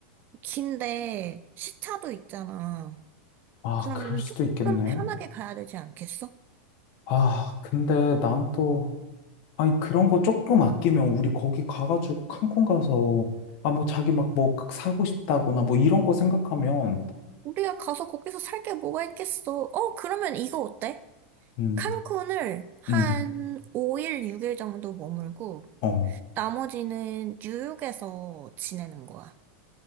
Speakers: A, on the right (about 30°); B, on the left (about 50°).
A: 긴데 시차도 있잖아.
B: 아,
A: 그러면은
B: 그럴 수도
A: 조금
B: 있겠네.
A: 편하게 가야 되지 않겠어?
B: 아, 근데 난 또, 아니, 그런 거 조금 아끼면 우리 거기 가가지고 칸쿤 가서, 아, 뭐 자기 막뭐 그 사고 싶다거나 뭐 이런 거 생각하면,
A: 우리가 가서 거기서 살게 뭐가 있겠어? 어, 그러면 이거 어때?
B: 음,
A: 칸쿤을 한
B: 음,
A: 5일, 6일 정도 머물고
B: 어.
A: 나머지는 뉴욕에서 지내는 거야.